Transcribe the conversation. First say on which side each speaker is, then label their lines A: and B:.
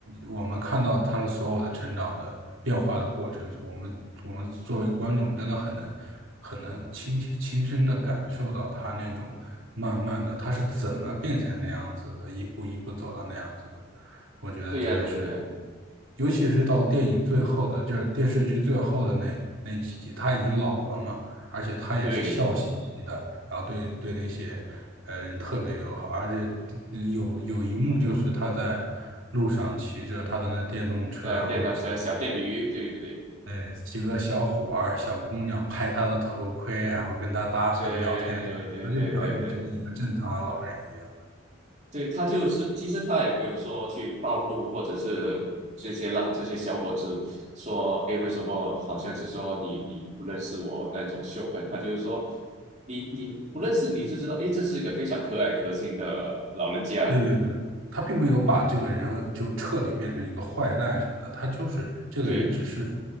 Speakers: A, on the right (about 70°); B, on the right (about 35°).
A: 我们看到他的所有的成长的变化的过程。我们我们作为观众，真的很能很能亲亲身的感受到他那种慢慢的他是怎么变成那样子的，一步一步走到那样子的，我觉得真的是，
B: 对呀、对对呀、
A: 尤其是到电影最后的，就是电视剧最后的那那几集，他已经老了嘛，而且他也是笑嘻嘻的，
B: 对，
A: 然后对对那些呃人特别友好，而且嗯有有一幕就是他在路上骑着他的那电动车，
B: 呃，
A: 然后
B: 电单车小电驴，对不对？
A: 呃几个小伙儿、小姑娘拍他的头盔，然后跟他搭讪聊天啥的，
B: 对对对对对。
A: 他就表现的就跟一个正常的老人一样。
B: 对，他就是，其实他也没有说去暴怒，或者是直接让这些小伙子说，诶，为什么好像是说你你不认识我那种凶狠，他就是说，你你不认识你就知道，诶，这是一个非常可爱可亲的老人家。
A: 对对对，他并没有把这个人就彻底变成一个坏蛋什么的，他就是这个人，
B: 对，
A: 只是说，